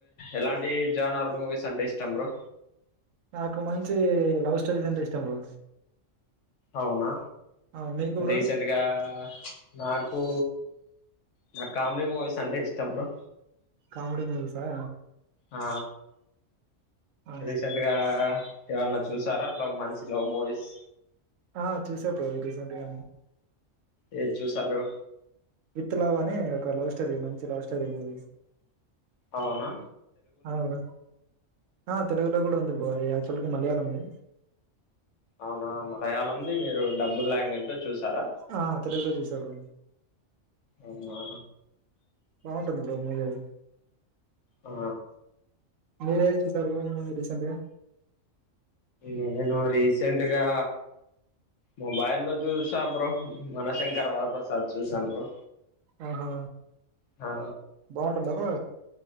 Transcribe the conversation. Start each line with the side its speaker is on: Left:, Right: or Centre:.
Left: ఎలాంటి జానార్ మూవీస్ అంటే ఇష్టం బ్రో?
Right: నాకు మంచి లవ్ స్టోరీస్ అంటే ఇష్టం బ్రో
Left: అవునా
Right: ఆ మీకు బ్రో
Left: రీసెంట్గా నాకు నా కామెడిీ మూవీస్ అంటే ఇష్టం బ్రో
Right: కామిడి మూవీస్ అ
Left: ఆ
Right: ఆ
Left: రీసెంట్గా ఎవన్నా చూసారా లవ్ మంచి లవ్ మూవీస్
Right: ఆ చూసా బ్రో రీసెంట్ గా నే
Left: ఏది చూసారు
Right: విత్ లవ్ అని ఒక లవ్ స్టోరీ మంచి లవ్ స్టోరీ మూవీ
Left: అవునా
Right: అ బ్రో ఆ తెలుగులో కూడా ఉంది బో బ్రో అది ఆక్చువల్గా మలయాళంది
Left: అవునా మలయాళంది మీరు డబ్బుడు లాంగ్వేజ్ లో చూసారా
Right: ఆ తెలుగులో చూసా బ్రో
Left: అవునా
Right: బాగుంటుంది బ్రో మూవీ అది
Left: ఆ
Right: మీరేది చూసారు బ్రో మూవీ రీసెంట్గా
Left: నేను రీసెంట్గా మొబై లో చూసా బ్రో మనశంకర వరప్రసాద్ చూసాను బ్రో
Right: ఆహా
Left: ఆ
Right: బాగుంటుంద బ్రో